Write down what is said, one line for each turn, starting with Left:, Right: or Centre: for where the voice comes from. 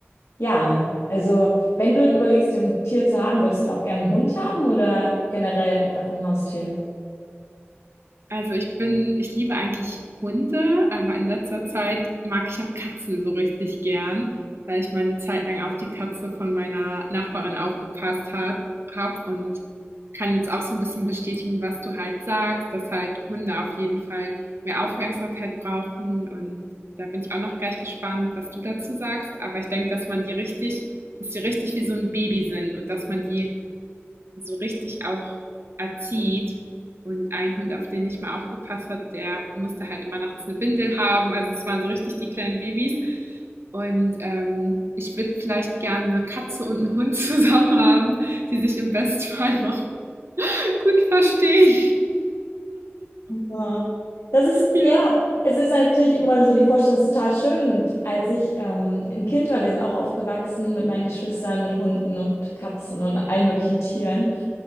Left: ja, also wenn du überlegst, ein Tier zu haben, würdest du dann auch gerne einen Hund haben oder generell einfach ein Haustier?
Right: Also ich bin, ich liebe eigentlich Hunde, aber in letzter Zeit mag ich auch Katzen so richtig gern, weil ich meine Zeit lang auf die Katze von meiner Nachbarin aufgepasst hat, habe und kann jetzt auch so ein bisschen bestätigen, was du halt sagst, dass halt Hunde auf jeden Fall mehr Aufmerksamkeit brauchen und da bin ich auch noch gleich gespannt, was du dazu sagst. Aber ich denke, dass man die richtig, dass die richtig wie so ein Baby sind und dass man die so richtig auch erzieht. Und ein Hund, auf den ich mal aufgepasst hat, der musste halt immer nachts eine Windel haben. Also es waren so richtig die kleinen Babys. Und ähm, ich würde vielleicht gerne eine Katze und einen Hund <laughs> zusammen haben, die sich im Bestfall noch <laughs> gut verstehen.
Left: Ja. Das ist,
Right: Ja.
Left: ja, es ist natürlich immer so, die Vorstellung ist total schön. Und als ich ähm, ein Kind war, wir sind auch aufgewachsen mit meinen Geschwistern, mit Hunden und Katzen und allen möglichen Tieren.